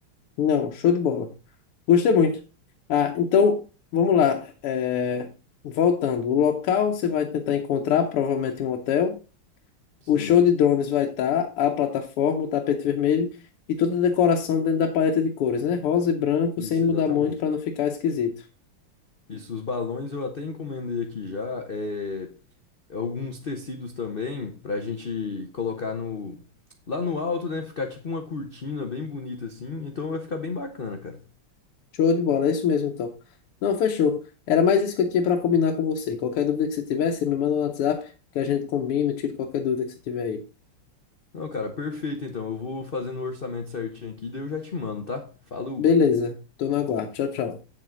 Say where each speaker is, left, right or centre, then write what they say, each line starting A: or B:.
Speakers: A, on the left; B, on the left.
A: Não, show de bola. Gostei muito. Ah, então, vamos lá. É, voltando, o local você vai tentar encontrar, provavelmente em um hotel.
B: Sim,
A: O show de drones vai estar, a plataforma, o tapete vermelho e toda a decoração dentro da paleta de cores, né? Rosa e branco,
B: isso
A: sem mudar
B: exatamente.
A: muito para não ficar esquisito.
B: Isso, os balões eu até encomendei aqui já, É, alguns tecidos também pra gente colocar no lá no alto, né? Ficar tipo uma cortina bem bonita assim. Então vai ficar bem bacana, cara.
A: Show de bola, é isso mesmo então. Não, fechou. Era mais isso que eu tinha para combinar com você. Qualquer dúvida que você tiver, você me manda no WhatsApp, que a gente combina, tira qualquer dúvida que você tiver aí.
B: Não, cara, perfeito. Então eu vou fazendo o orçamento certinho aqui, daí eu já te mando, tá? Falou.
A: Beleza, tô no aguardo. Tchau, tchau.